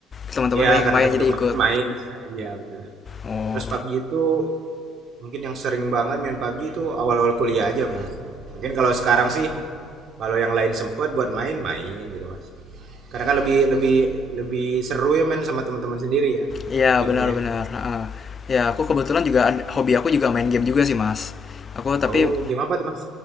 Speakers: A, on the left; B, on the right.
A: teman-teman
B: Ya
A: banyak
B: karena
A: yang main
B: teman-teman
A: jadi ikut.
B: main. <laughs> Iya benar.
A: Oh,
B: Terus PUBG itu mungkin yang sering banget main PUBG itu awal-awal kuliah aja Mas. Mungkin kalau sekarang sih kalau yang lain sempet buat main main gitu Mas. Karena kan lebih lebih lebih seru ya main sama teman-teman sendiri ya
A: Iya
B: timnya.
A: benar-benar. heeh. Ya aku kebetulan juga ad- hobi aku juga main game juga sih mas. Aku tapi
B: Oh, game apa tuh Mas?